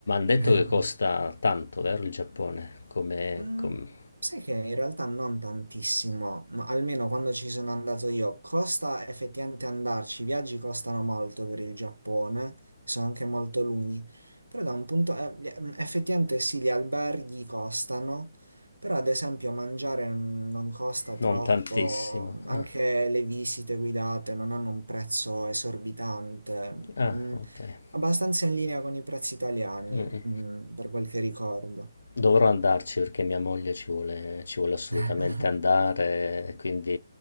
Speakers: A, on the left; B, on the right.
A: detto
B: <laughs>
A: che costa tanto, vero, il Giappone? Come,
B: Mm,
A: com-
B: sai che in realtà non tantissimo, ma almeno quando ci sono andato io, costa effettivamente andarci, i viaggi costano molto per il Giappone, sono anche molto lunghi, però da un punto, eh, gli- mm, effettivamente sì, gli alberghi costano, però ad esempio mangiare mm, non costa
A: Non
B: troppo,
A: tantissimo.
B: anche
A: Ah.
B: le visite guidate non hanno un prezzo esorbitante,
A: Ah,
B: mm,
A: okay.
B: abbastanza in linea con i prezzi italiani,
A: Mh-mh.
B: mm, per quel che ricordo.
A: Dovrò andarci perché mia moglie ci vuole ci vuole assolutamente
B: <laughs>
A: andare e quindi